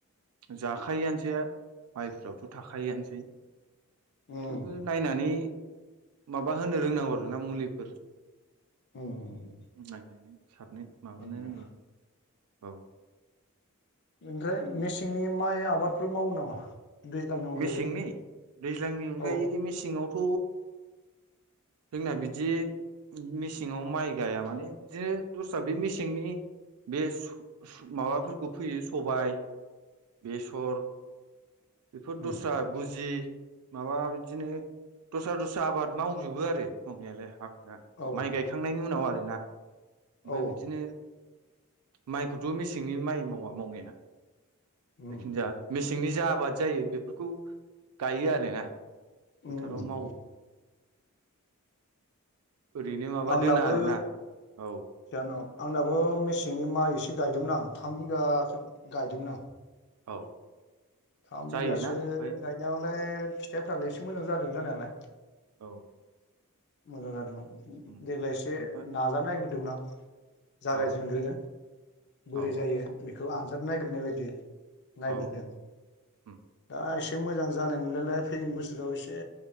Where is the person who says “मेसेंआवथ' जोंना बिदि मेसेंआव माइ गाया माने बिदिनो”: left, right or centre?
Right